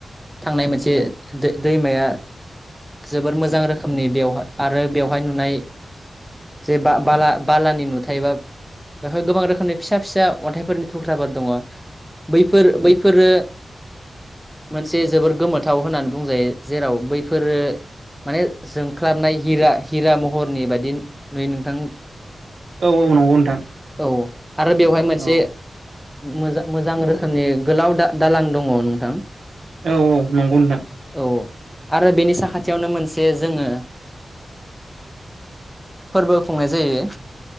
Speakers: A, in the centre; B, on the right.
A: थांनाय मोनसे दैमाया जोबोद मोजां रोखोमनि बेवहाय आरो बेवहाय नुनाय जे बा बाला बालानि नुथाय बा बेवहाय गोबां रोखोमनि फिसा फिसा अन्थाइफोरनि थुख्राफोर दङ बैफोर बैफोरो मोनसे जोबोर गोमोथाव होननानै बुंजायो जेराव बैफोरो माने जोंख्लाबनाय हिरा हिरा महरनि बादि नै नोंथां
B: औ औ नंगौ नोंथां
A: औ आरो बेवहाय मोनसे
B: औ
A: मोजां मोजां रोखोमनि गोलाव दा दालां दङ नोंथां
B: औ औ नंगौ नोंथां
A: औ आरो बेनि साखाथियावनो मोनसे जोङो फोरबो खुंनाय जायो